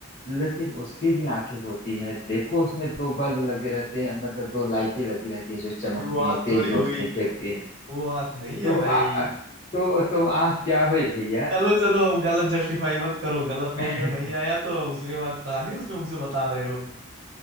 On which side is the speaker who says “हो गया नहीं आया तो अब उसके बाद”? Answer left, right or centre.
Right